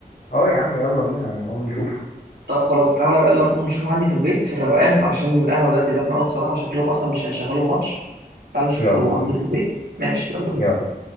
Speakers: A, on the left; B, on the right.
A: اه يا عم يلا بينا نقوم نشوفه
B: طب خلاص تعالى بقى يلا نقوم نشوف عندي في البيت في الروقان علشان القهوه دلوقتي زحمه قوي بصراحه شكلهم اصلا مش هيشغلوا ماتش تعالى نشوف
A: يلا
B: هو
A: بينا
B: عندي في البيت ماشي يلا بينا
A: يلا